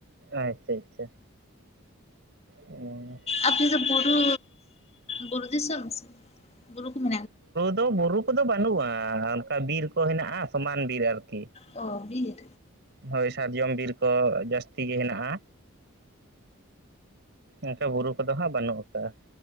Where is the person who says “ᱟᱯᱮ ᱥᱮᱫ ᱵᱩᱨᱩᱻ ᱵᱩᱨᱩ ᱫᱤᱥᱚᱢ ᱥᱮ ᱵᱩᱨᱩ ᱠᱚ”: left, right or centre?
Left